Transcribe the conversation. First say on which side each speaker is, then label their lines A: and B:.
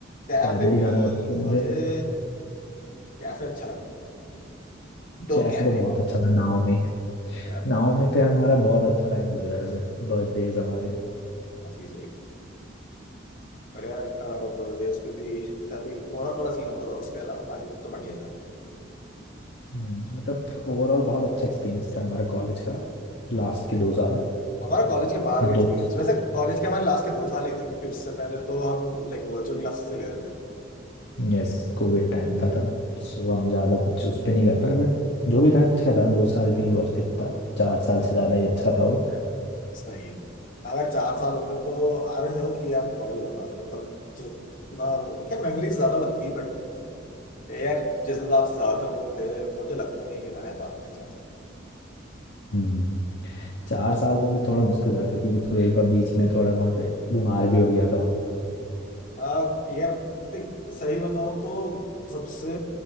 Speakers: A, on the left (about 45°); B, on the left (about 60°).
A: कैफे
B: पैदल ही
A: भी
B: जाना पड़ता था
A: मुझे
B: मुझे
A: कैफे अच्छा लगा दो
B: कैफे
A: कैफे
B: तो बहुत अच्छा था नाओमी
A: यार
B: नाओमी पे हमारा बहुत अच्छा टाइम गुजरा है वैसे बर्थडेज हमारे
A: ऑफिस वही पर यार अब देश पे भी तभी थोड़ा थोड़ा सीन होता था उसके अलावा बाकी सब तो बढ़िया ही था
B: हम्म, मतलब ओवरऑल बहुत अच्छा एक्सपीरियंस था हमारा कॉलेज का लास्ट के दो साल
A: हमारा कॉलेज के बाहर
B: दो
A: का एक्सपीरियंस वैसे कॉलेज के हमारे लास्ट के दो साल ही थे क्योंकि उससे पहले तो हम लाइक वर्चुअल क्लासेस ही ले रहे थे
B: यस कोविड टाइम था तब सो हम ज़्यादा कुछ उस पर नहीं कर पाए बट जो भी था अच्छा था दो साल भी वर्थ इट था चार साल से ज़्यादा ही अच्छा था वो
A: सही है अगर चार साल होते तो आई डोंट नो कि यार क्या ही होता मतलब जितना वो क्या मेमोरीज ज्यादा बनती बट यार जिस हिसाब से ज्यादातर लोग थे मुझे लगता नहीं है कि मैं रह पाता था चार
B: हम्म चार साल तो फिर थोड़ा मुश्किल हो गया था क्योंकि तू एक बार बीच में थोड़ा वहाँ पे बीमार भी हो गया था
A: आ, यार देख सही बताऊं तो सबसे